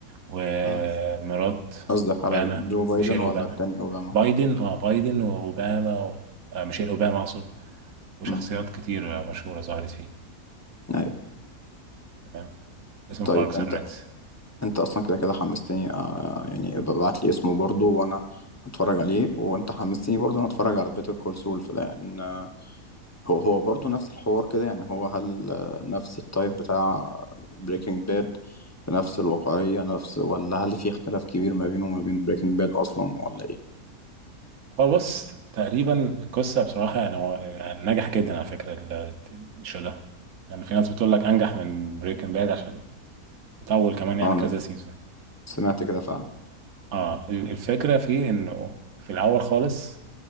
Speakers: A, on the right; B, on the left.
A: ومرات
B: اه قصدك
A: اوباما
B: على جو بايدن
A: ميشيل
B: ولا
A: اوباما
B: التاني اوباما
A: بايدن اه بايدن واوباما و... آه ميشيل اوباما اقصد وشخصيات
B: امم
A: كتير آه، مشهورة ظهرت فيه
B: ايوه
A: تمام اسمه
B: طيب
A: باركس
B: انت
A: اند ريكس
B: انت اصلا كده كده حمستني آه يعني ابعت لي اسمه برضو وانا هتفرج عليه وانت حمستني برضو انا اتفرج على بيتر كول سول لان آه، هو هو برضو نفس الحوار كده يعني هو هل آه، نفس التايب بتاع بريكنج باد نفس الواقعية نفس ولا هل في اختلاف كبير ما بينه وما بين بريكنج باد اصلا ولا ايه
A: هو بص تقريبا القصة بصراحة يعني هو آه، نجح جدا على فكرة ال- الشو ده يعني في ناس بتقول لك انجح من بريكنج باد عشان وطول كمان يعني
B: اه انا
A: كذا سيزون
B: سمعت كده فعلا
A: اه ال- الفكرة في انه في الاول خالص